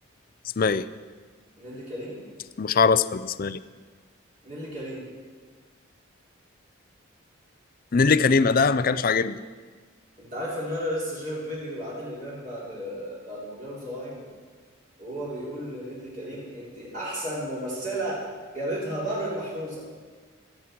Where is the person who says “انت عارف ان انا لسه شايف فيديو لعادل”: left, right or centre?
Right